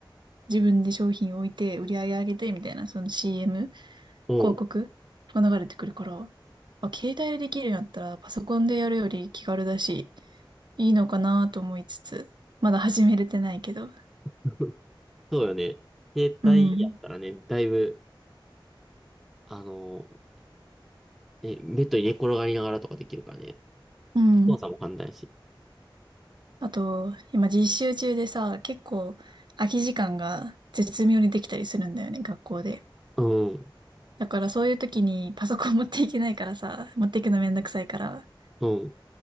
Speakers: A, on the right; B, in the centre.
A: 自分で商品を置いて、売り上げ上げて、みたいな、その CM、
B: うん。
A: 広告が流れてくるから、あ、携帯でできるようになったら、パソコンでやるより気軽だし、いいのかなと思いつつ、まだ始めれてないけど。
B: <laughs> そうよね。携帯やったらね、
A: うん。
B: だいぶ、あのー、ね、ベッドに寝転がりながらとかできるからね。
A: うん。
B: 操作も簡単やし。
A: あと、今実習中でさ、結構空き時間が絶妙にできたりするんだよね、学校で。
B: うん。
A: だからそういう時にパソコン持っていけないからさ、持っていくのめんどくさいから、
B: うん。